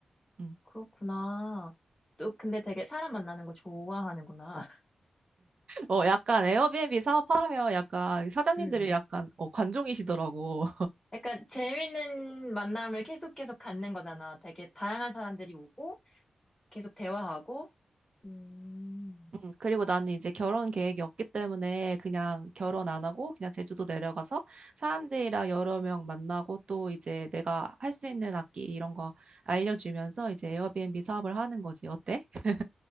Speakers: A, on the right; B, on the left.
A: 음.
B: 그렇구나. 또 근데 되게 사람 만나는 거 좋아하는구나. <laughs>
A: 어, 약간 에어비앤비 사업하면 약간 사장님들이
B: 음.
A: 약간 어, 관종이시더라고.
B: 약간 재밌는 만남을 계속 계속 갖는 거잖아. 되게 다양한 사람들이 오고 계속 대화하고 음,
A: 음, 그리고 나는 이제 결혼 계획이 없기 때문에 그냥 결혼 안 하고 그냥 제주도 내려가서 사람들이랑 여러 명 만나고 또 이제 내가 할 수 있는 악기 이런 거 알려주면서 이제 에어비앤비 사업을 하는 거지. 어때? <laughs>